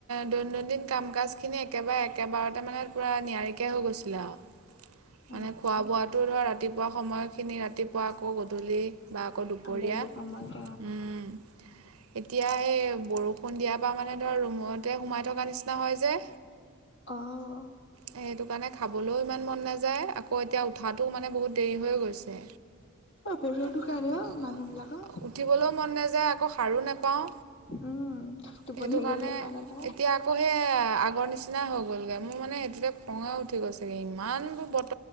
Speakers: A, on the right; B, on the left.
A: দৈনন্দিন কাম কাজ খিনি একেবাৰে একেবাৰতে মানে পুৰা নিয়াৰিকৈ হৈ গৈছিলে আৰু
B: অহ
A: মানে খোৱা বোৱাটো ধৰ ৰাতিপুৱা সময়খিনি ৰাতিপুৱা আকৌ গধূলি বা আকৌ দুপৰীয়া,
B: আবেলি সময়ত
A: উম্। এতিয়া সেই বৰষুণ দিয়াৰ পৰা মানে ধৰ ৰুমতে সোমাই থকা নিচিনা হয় যে।
B: আহঁ।
A: সেইটো কাৰণে খাবলৈও ইমান মন নাযায় আকৌ এতিয়া উঠাটো মানে বহুত দেৰি হৈ গৈছে।
B: অ বতৰটো
A: <inaudible>
B: কাৰণে অ মানুহ বিলাকৰ
A: উঠিবলৈও মন নাযায় আক। সাৰো নাপাওঁ।
B: উম টোপনি
A: সেইটো কাৰণে
B: গলে হা নাপায়।
A: এতিয়া আকৌ সেই আগৰ নিচিনা হৈ গ'লগে মোৰ মানে সেইটোতে খঙে উঠি গৈছেগে ইমান বোৰ বৰ